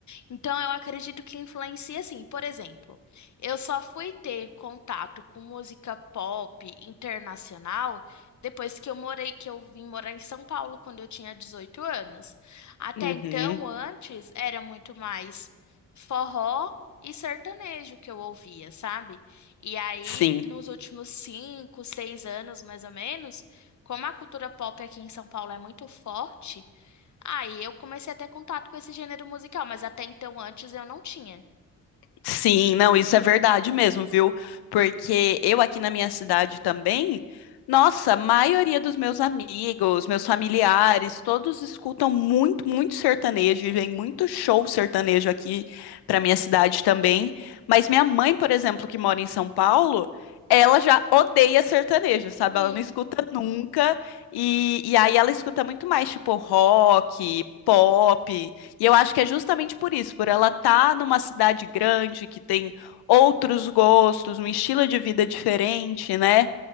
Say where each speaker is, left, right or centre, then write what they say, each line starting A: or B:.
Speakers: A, on the left; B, on the left.
A: Então, eu acredito que influencia assim, Por exemplo, eu só fui ter contato com música pop internacional depois que eu morei, que eu vim morar em São Paulo quando eu tinha 18 anos. Até
B: Uhum,
A: então, antes, era muito mais forró e sertanejo que eu ouvia, sabe? E aí,
B: sim.
A: nos últimos cinco, seis anos, mais ou menos, como a cultura pop aqui em São Paulo é muito forte, Aí eu comecei a ter contato com esse gênero musical, mas até então antes eu não tinha.
B: Sim, não, isso é verdade mesmo, viu? Porque eu aqui na minha cidade também, nossa, a maioria dos meus amigos, meus familiares, todos escutam muito, muito sertanejo e vem muito show sertanejo aqui pra minha cidade também. Mas minha mãe, por exemplo, que mora em São Paulo, ela já odeia sertanejo, sabe?
A: Hum,
B: Ela não escuta nunca. E, e aí ela escuta muito mais, tipo, rock, pop. E eu acho que é justamente por isso, por ela estar numa cidade grande que tem outros gostos, um estilo de vida diferente, né?